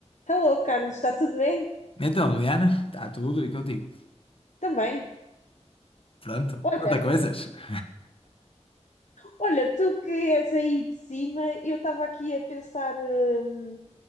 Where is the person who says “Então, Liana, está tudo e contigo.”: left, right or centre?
Left